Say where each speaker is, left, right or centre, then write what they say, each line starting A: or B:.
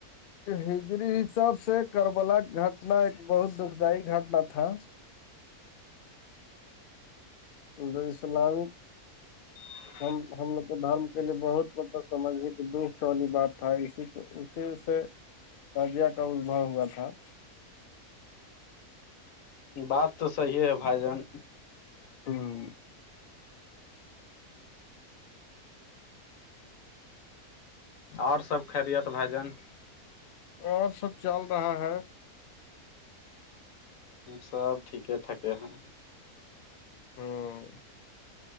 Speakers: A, on the left; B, on the left.
A: ہجری حساب سے کربلا گھٹنا ایک بہت دکھد گھٹنا تھا الد السلام <unintelligible>
B: <inaudible>
A: ہم ہم لوگ کے دھرم کے لیے بہت مطلب سمجھ گئے کہ دکھ والی بات تھا اسی اسی سے تجیہ ٹ با ہوا تھا <unintelligible>
B: بات تو صیح ہے بھائی جان
A: ہوں
B: اور سب خرییت بھجن <unintelligible>
A: اور سب چل رہا ہے
B: سب ٹھیک ٹاکے ہے
A: ہاں